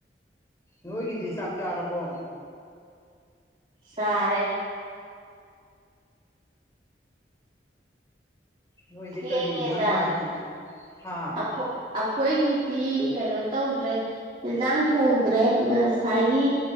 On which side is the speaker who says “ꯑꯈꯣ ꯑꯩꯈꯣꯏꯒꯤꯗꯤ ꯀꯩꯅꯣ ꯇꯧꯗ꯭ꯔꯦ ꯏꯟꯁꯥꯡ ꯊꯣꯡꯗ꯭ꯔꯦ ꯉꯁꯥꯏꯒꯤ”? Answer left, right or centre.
Right